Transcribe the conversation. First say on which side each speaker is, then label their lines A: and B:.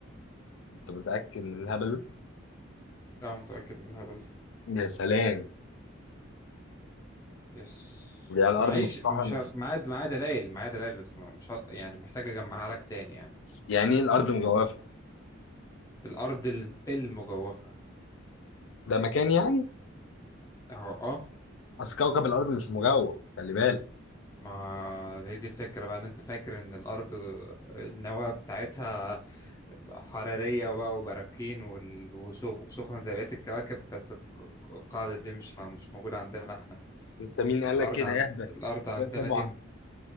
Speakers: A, on the left; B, on the left.
A: أنت متأكد من الهبل
B: لا متأكد من الهبل ده.
A: ده؟ يا سلام
B: يس
A: يعني الأرض
B: معيش
A: مسطحة
B: مش
A: مش-
B: ه... معايا معايا دلائل معايا دلائل بس ما- مش ه... يعني محتاج أجمعها لك تاني يعني
A: يعني إيه الأرض مجوفة؟
B: الأرض الم- المجوفة
A: ده مكان يعني؟
B: أهو أه
A: أصل كوكب الأرض مش مجوف خلي بالك
B: ما هي دي الفكرة بقى إن أنت فاكر إن الأرض النواة بتاعتها حرارية بقى وبراكين وال- وسخ- وسخن زي بقية الكواكب بس الق- الق- القاعدة دي مش ه- مش موجودة عندنا إحنا
A: أنت مين قال
B: الأرض
A: لك كده
B: عند
A: اهبل؟
B: الأرض عندنا
A: لا طبعا
B: دي